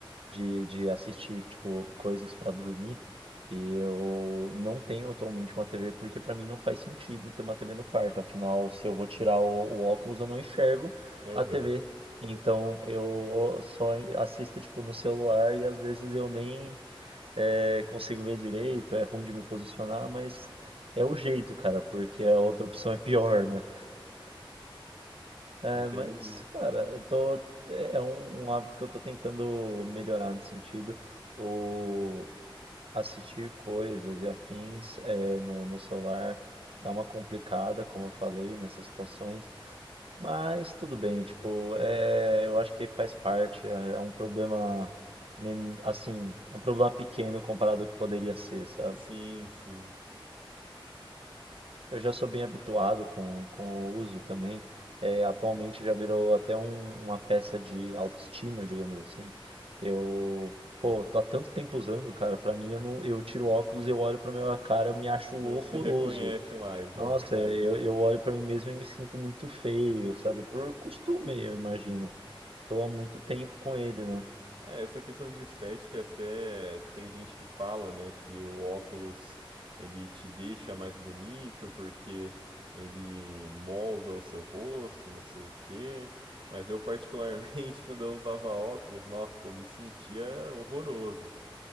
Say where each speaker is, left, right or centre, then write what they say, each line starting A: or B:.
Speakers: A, on the right; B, on the right.
A: de, de assistir, tipo, coisas pra dormir. E eu não tenho atualmente uma TV porque pra mim não faz sentido ter uma TV no quarto. Afinal, se eu vou tirar o, o óculos, eu não enxergo
B: Aham,
A: a TV. Então eu só assisto tipo no celular e às vezes eu nem eh, consigo ver direito, é ruim de me posicionar, mas é o jeito, cara, porque a outra opção é pior, né? É,
B: entendi.
A: mas, cara, eu tô, é é um, um hábito que eu tô tentando melhorar nesse sentido. O assistir coisas e afins é, no, no celular dá uma complicada, como eu falei, nessas situações. Mas tudo bem, tipo, é, eu acho que faz parte, é, é um problema, men- assim, um problema pequeno comparado ao que poderia ser, sabe?
B: Sim, sim.
A: Eu já sou bem habituado com, com o uso também. É, atualmente já virou até um- uma peça de autoestima, digamos assim. Eu, pô, tô há tanto tempo usando, cara. Pra mim, eu não, eu tiro o óculos, eu olho pra minha cara, eu me acho
B: Não
A: horroroso.
B: se reconhece mais,
A: Nossa,
B: né?
A: eu, eu olho pra mim mesmo e me sinto muito feio, sabe? Por costume, eu imagino. Tô há muito tempo com ele, né?
B: É, essa questão de estética até tem gente que fala, né, que o óculos ele te deixa mais bonito porque ele molda o seu rosto e não sei o quê. Mas eu particularmente <laughs> quando eu usava óculos, nossa, eu me sentia horroroso.